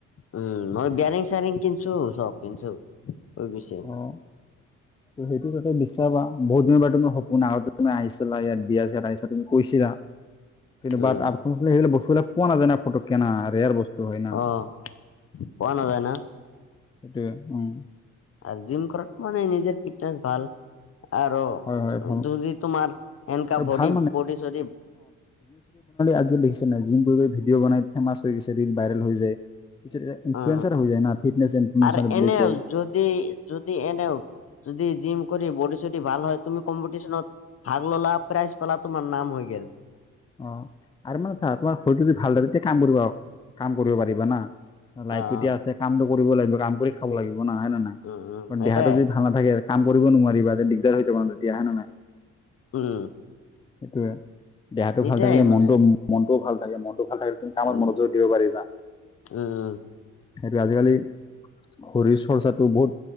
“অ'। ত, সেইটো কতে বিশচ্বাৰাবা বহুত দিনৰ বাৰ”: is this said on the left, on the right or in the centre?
Left